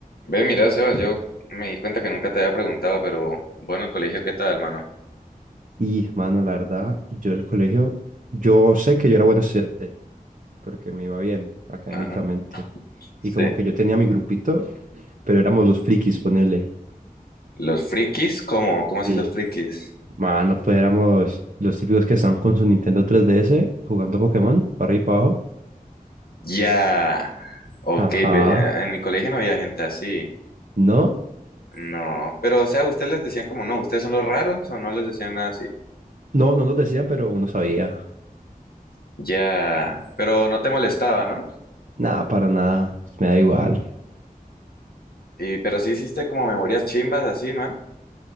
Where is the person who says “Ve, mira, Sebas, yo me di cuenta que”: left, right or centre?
Left